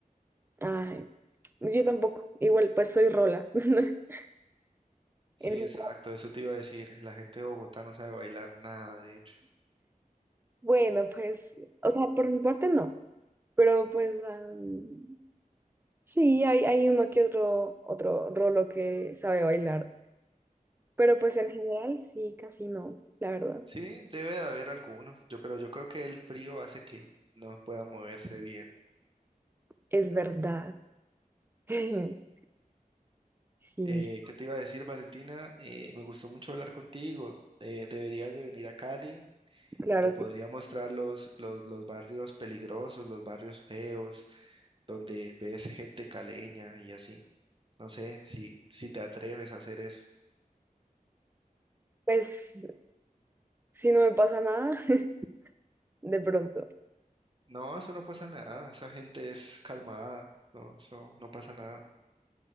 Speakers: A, on the right (about 15°); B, on the right (about 35°).
A: ay, pues, yo tampoco, igual pues soy rola. <laughs>
B: Sí,
A: En general.
B: exacto. Eso te iba a decir. La gente de Bogotá no sabe bailar nada, de hecho.
A: Bueno, pues, o sea, por mi parte no, pero pues am, sí, hay, hay uno que otro, otro rolo que sabe bailar, pero pues en general sí, casi no, la verdad,
B: Sí, debe de haber alguno. Yo, pero yo creo que el frío hace que no pueda moverse bien.
A: es verdad. <laughs> Sí,
B: Eh, ¿qué te iba a decir, Valentina? Eh, me gustó mucho hablar contigo. Eh, deberías de venir a Cali.
A: claro
B: Te podría
A: que,
B: mostrar los, los, los barrios peligrosos, los barrios feos donde ves gente caleña y así. No sé si, si te atreves a hacer eso.
A: pues, si no me pasa nada, <laughs> de pronto.
B: No, eso no pasa nada. Esa gente es calmada. No, eso no pasa nada.